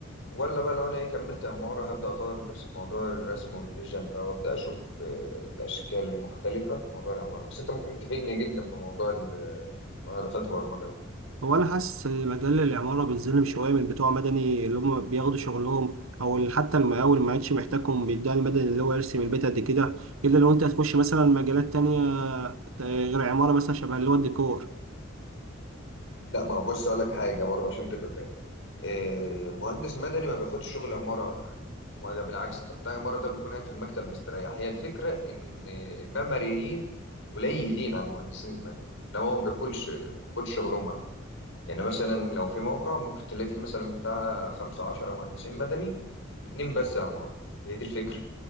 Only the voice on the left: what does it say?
ولا بقى لو انا ايه كملت عمارة هبدأ اطور من نفسي في موضوع الرسم والفيجن بقى وابدأ اشوف آه، الاشكال المختلفة في موضوع العمارة بس انت ممكن تفيدني جدا في موضوع ال- آه، وانا دخلت برمجة ده
لا ما هو بص اقول لك حاجة برضه عشان تبقى فاهم إيه، مهندس مدني ما بياخدش شغل عمارة ولا حاجة ما ده بالعكس انت بتاع عمارة ده بيكون قاعد في المكتب مستريح هي الفكرة ان المعماريين قليلين عن المهندسين المدني انما هو ما بياكلش ما بياخدش شغلهم ولا حاجة يعني مثلا لو في موقع ممكن تلاقي فيه مثلا بتاع خمسة عشرة مهندسين مدني واتنين بس عمارة هي دي الفكرة